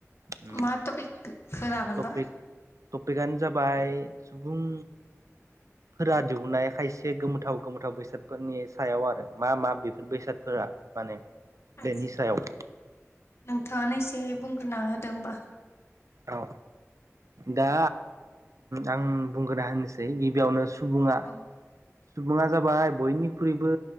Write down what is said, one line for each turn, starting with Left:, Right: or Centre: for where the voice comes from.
Right: उम
Left: मा टपिकखौ लागोन
Right: टपिक
Left: बा
Right: टपिकआनो जाबाय सुबुं फोरा दिहुननाय खायसे गोमोथाव गोमोथाव बेसादफोरनि सायाव आरो मा मा बेफोर बेसादफोर रा माने
Left: आदसा
Right: बेनि सायाव
Left: नोंथाङानो एसे बुंग्रोना होदो होमबा
Right: औ दा आं बुंगोना होनोसै गिबियावनो सुबुङा
Left: औ
Right: सुबुङा जाबाय बयनिख्रुइबो